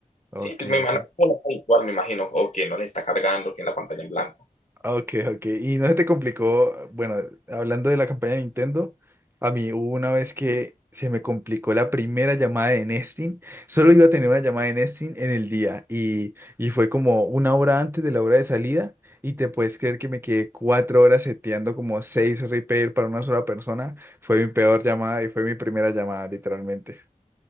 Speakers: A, on the left (about 55°); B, on the right (about 15°).
A: Sí,
B: Ok,
A: pues me imagino
B: ok.
A: que es habitual, me imagino, o que no le está cargando, tiene la pantalla en blanco.
B: Ok, ok. Y no se te complicó, bueno, hablando de la campaña de Nintendo, a mí hubo una vez que se me complicó la primera llamada de Nesting. Solo iba a tener una llamada de Nesting en el día y, y fue como una hora antes de la hora de salida y te puedes creer que me quedé cuatro horas seteando como seis repair para una sola persona. Fue mi peor llamada y fue mi primera llamada, literalmente.